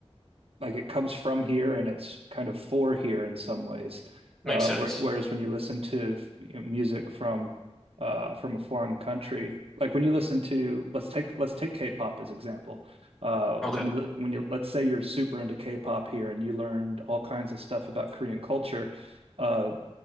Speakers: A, on the right (about 65°); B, in the centre.
A: like it comes from here and it's kind of for here in some ways.
B: Makes
A: Uh,
B: sense.
A: where, whereas when you listen to you know, music from uh, from a foreign country, like when you listen to let's take let's take K-pop as example. Uh, when
B: Okay.
A: you li- when you let's say you're super into K-pop here and you learned all kinds of stuff about Korean culture, uh,